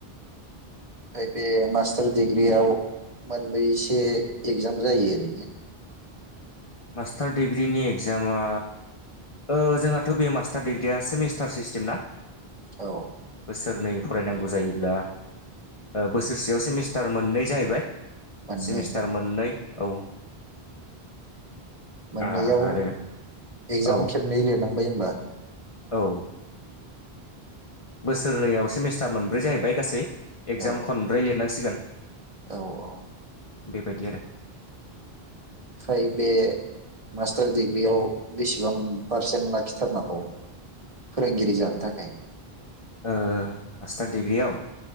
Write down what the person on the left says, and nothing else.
मास्टार डिग्रिनि इकजामा ओ जोंहाथ' बे मास्टार दिडिग्रिया सेमिस्टार सिस्टेम ना?
बोसोरनै फरायनांगौ जायोब्ला ओ बोसोरसेयाव सेमिस्टार मोननै जाहैबाय।
सेमिस्टार मोननै औ।
आरो
औ
औ। बोसोरनैयाव सेमेस्टार मोनब्रै जाहैबाय गासै इकजाम
खनब्रै लिरनांसि गोन
बेबायदि आरो।
ओ मास्टार डिग्रियाव